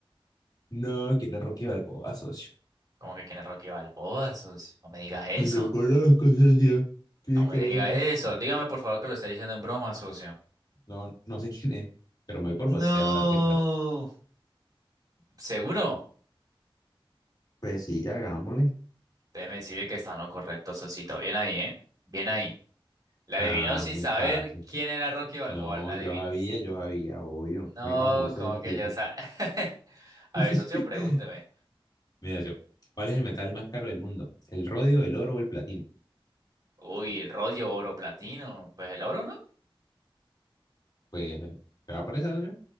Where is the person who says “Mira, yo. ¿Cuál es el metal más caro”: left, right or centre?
Left